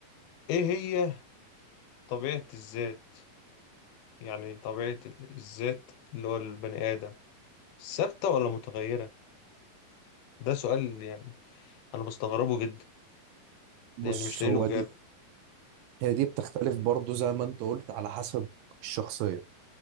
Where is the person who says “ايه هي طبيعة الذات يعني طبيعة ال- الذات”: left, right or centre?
Left